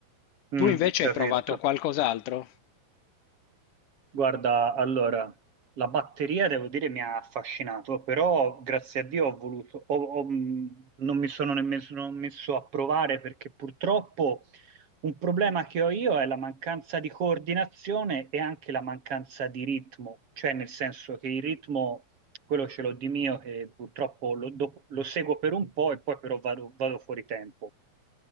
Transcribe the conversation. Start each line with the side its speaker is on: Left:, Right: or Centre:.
Right: mm,
Left: Tu invece
Right: capisco.
Left: hai provato qualcos'altro?
Right: Guarda, allora, la batteria devo dire mi ha affascinato, però grazie a Dio ho voluto, ho- ho- mh, non mi sono nemmeno messo a provare perché purtroppo un problema che ho io è la mancanza di coordinazione e anche la mancanza di ritmo, cioè nel senso che il ritmo, quello ce l'ho di mio, che purtroppo lo, do- lo seguo per un po' e poi però vado, vado fuori tempo.